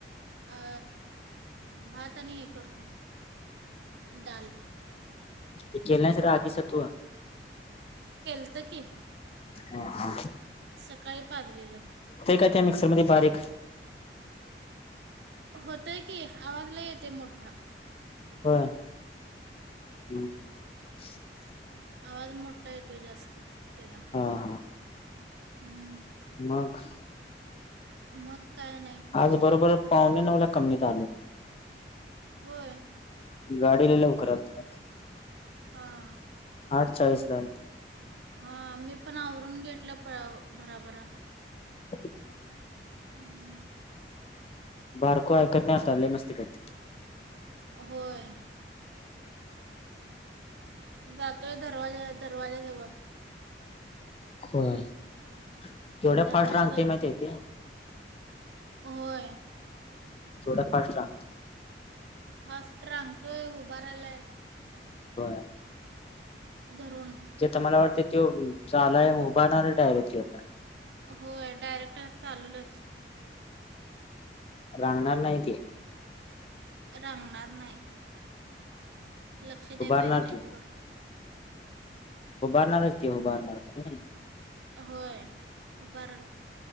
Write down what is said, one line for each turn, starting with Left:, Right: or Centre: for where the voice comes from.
Right: अ भात आणि हे करतो, डाल.
Left: ते केलं नाहीस रागीच तू
Right: केलतं की.
Left: हा हा.
Right: सकाळी पाजलेलं.
Left: का त्या मिक्सर मध्ये बारीक.
Right: होतय की आवाज लय येतोय मोठा.
Left: बर हम्म. <inaudible>
Right: आवाज मोठा येतोय जास्त. त. तेजा.
Left: हा हा
Right: हम्म.
Left: मग?
Right: मग? काय नाही
Left: आज बरोबर. पावणे नऊला कमी इथं आल.
Right: होय.
Left: गाडी लय लवकर आलती आज.
Right: हा.
Left: आठ चाळीसला आलती.
Right: हा मी पण आवरून घेतलं प भराभरा.
Left: <inaudible>
Right: हम्.
Left: बारको ऐकत नाही आता लय मस्ती कर.
Right: होय. जातोय दरवाजा दरवाज्याजवळ.
Left: ह. तेवढ्या
Right: दरवाजाजवळ
Left: फास्ट रांगते माहिती तेे.
Right: होय.
Left: थोडा फास्ट राह.
Right: फास्ट रांगतोय हुभरायलय आहे.
Left: बर.
Right: धरून
Left: ज मला वाटतं. त चालाय उभणार डायरेक्टली होता.
Right: होय डायरेक्ट चाललच.
Left: रांगणार नाही ते.
Right: रांणारार नाही. लक्ष द्याय
Left: उभारणार
Right: पाहिजे त्याच्याकड.
Left: ते उभारणारच तेी उभारणार. <inaudible>
Right: होय बार.